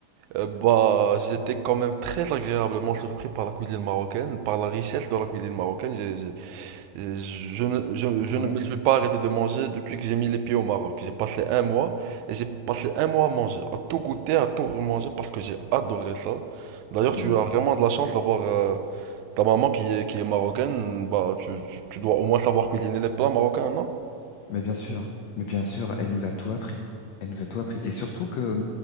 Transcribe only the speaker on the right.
Euh, bah, j'étais quand même très agréablement surpris par la cuisine marocaine, par la richesse de la cuisine marocaine. J'ai- j'ai- j'ai- je ne, je, je
ne me suis pas arrêté de manger depuis que j'ai mis les pieds au Maroc. J'ai passé un mois et j'ai passé un mois à manger, à tout goûter, à tout remanger parce que j'ai adoré ça. D'ailleurs,
tu
as
vraiment de la chance d'avoir euh, ta maman qui est, qui est marocaine. Bah, tu, tu, tu dois au moins savoir cuisiner les plats marocains, non?